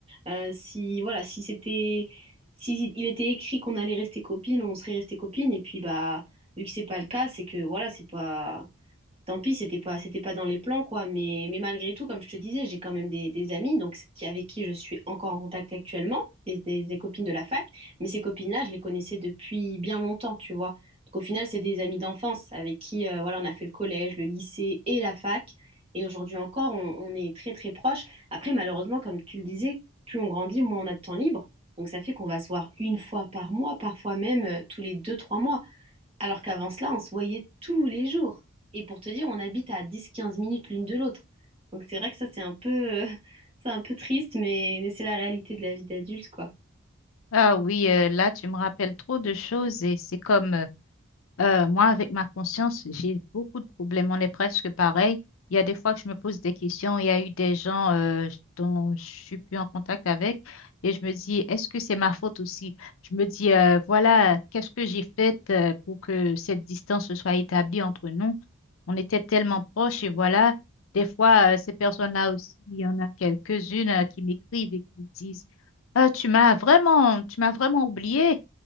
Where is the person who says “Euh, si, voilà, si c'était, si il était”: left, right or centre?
Right